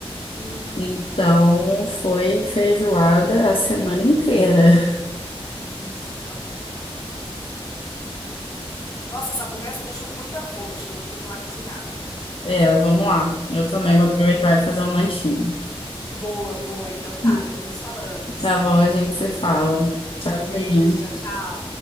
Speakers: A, on the left; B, on the left.
A: Hum.
B: Então foi feijoada a semana inteira. <laughs>
A: Ai, que delícia, adoro uma feijoada, muito bom. É. Nossa, essa conversa me deixou com muita fome, acho que eu vou ter que ir lá cozinhar.
B: É, vamos lá. Eu também
A: Então,
B: vou aproveitar
A: tá bem.
B: e fazer um lanchinho.
A: Boa, boa. Então tá,
B: Hum.
A: depois nos falamos.
B: Tá bom, a gente se fala. Tchauzinho.
A: Valeu, beijo, tchau, tchau.